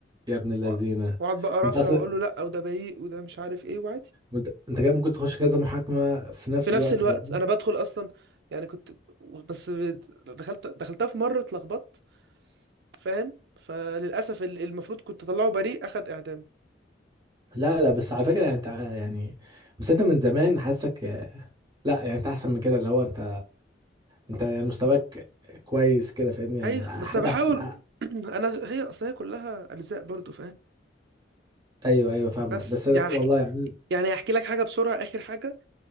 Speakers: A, on the right; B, on the right.
A: يا ابن اللذينة
B: وأ- واقعد بقى رافع
A: انت اصلا
B: واقول له لا وده بريء وده مش عارف ايه وعادي
A: انت انت كده ممكن تخش كذا محاكمة في نفس
B: في نفس
A: الوقت
B: الوقت
A: فاهمني
B: انا بدخل اصلا يعني كنت بس دخلت دخلتها في مرة اتلخبطت فاهم فللاسف ال- المفروض كنت اطلعه بريء اخد اعدام
A: لا لا بس على فكرة يعني انت ع- يعني بس انت من زمان حاسك لا يعني انت احسن من كده اللي هو انت انت يعني مستواك كويس كده فاهمني يعني
B: ايوه
A: حد
B: بس انا بحاول
A: احسن
B: <clears throat> انا هي اصل هي كلها اجزاء برضو فاهم
A: ايوه ايوه فاهمك
B: بس
A: بس أنا
B: يعني احكي
A: والله يعني
B: يعني احكي لك حاجه بسرعه اخر حاجه